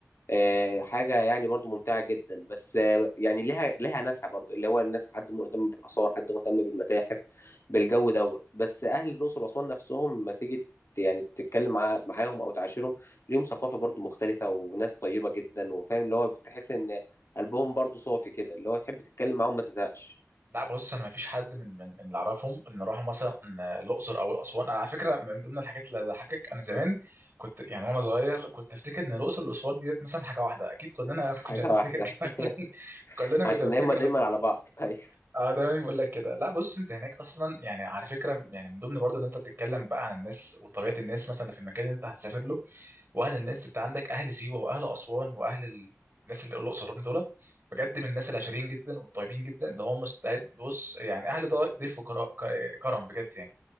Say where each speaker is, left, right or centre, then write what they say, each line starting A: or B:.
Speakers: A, on the left; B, on the right.
A: آه حاجه يعني برضه ممتعه جدا بس آه يعني لها لها ناسها برضه اللي هو الناس حد مهتم بالاثار حد مهتم بالمتاحف بالجو دوت بس اهل الاقصر واسوان نفسهم ما تيجي ت- يعني تتكلم مع... معاهم او تعاشرهم ليهم ثقافه برضه مختلفه وناس طيبه جدا وفاهم اللي هو بتحس ان قلبهم برضه صافي كده اللي هو تحب تتكلم معاهم ما تزهقش
B: لا بص انا ما فيش حد من من من اللي اعرفهم ان راحوا مثلا آه، الاقصر او الاسوان انا على فكره من ضمن الحاجات اللي ضحكك انا زمان كنت يعني وانا صغير كنت افتكر ان الاقصر والاسوان ديت مثلا حاجه واحده اكيد كلنا
A: حاجة
B: <laughs> كنا بنفتكر
A: واحدة
B: كده
A: <laughs>
B: كلنا كنا
A: عشان
B: بنفتكر
A: هما دايما
B: لك
A: على بعض أيوة
B: اه دايما بقول لك كده لا بص انت هناك اصلا يعني على فكره يعني من ضمن برضه ان انت بتتكلم بقى عن الناس وطبيعه الناس مثلا في المكان اللي انت هتسافر له واهل الناس انت عندك اهل سيوه واهل اسوان واهل ال- الناس اللي الاقصر والأسوان، دول بجد من الناس العشرين جدا والطيبين جدا اللي هم مستعد بص يعني اهل ضي- ضيف وكرا- ك- كرم بجد يعني